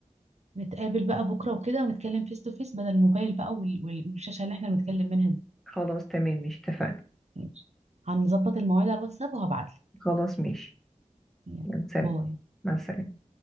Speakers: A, on the right (about 55°); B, in the centre.
A: نتقابل بقى بكرة وكده ونتكلم فيس تو فيس بدل الموبايل بقى وال- وال- والشاشة اللي احنا بنتكلم منها دي
B: خلاص تمام مش اتفقنا
A: ماشي. هنظبط المواعيد على الواتساب وهبعتلك
B: خلاص ماشي
A: يلا
B: يلا سلام
A: باي
B: مع السلامة